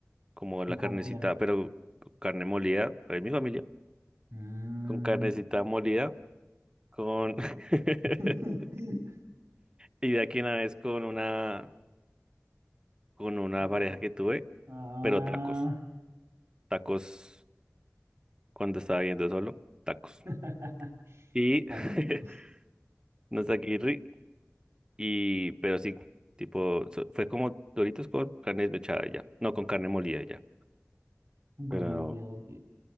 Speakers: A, on the right; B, on the right.
A: como
B: ¿Y
A: la
B: con
A: carnecita,
B: quién?
A: pero con carne molida, ahí mi familia,
B: Mm.
A: con carnecita molida, con...
B: <laughs>
A: <laughs> y de aquí una vez con una, con una
B: Oh,
A: pareja que tuve,
B: Ah,
A: pero tacos, tacos. cuando estaba viendo solo, tacos.
B: <laughs>
A: Y
B: tanquitos.
A: <laughs> Nozakirri, y, pero sí, tipo, so- fue como Doritos con carne desmechada ya, no, con carne molida ya,
B: Un cuerno
A: pero,
B: moliado, ok.